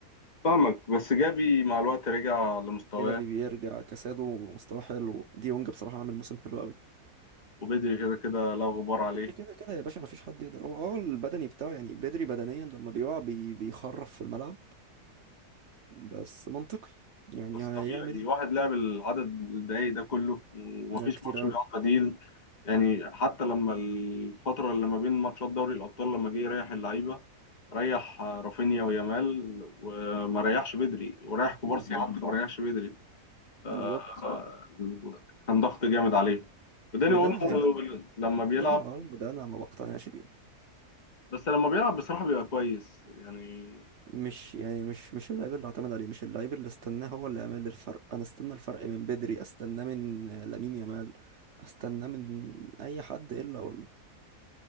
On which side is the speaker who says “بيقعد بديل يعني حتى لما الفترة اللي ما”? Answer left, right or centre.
Left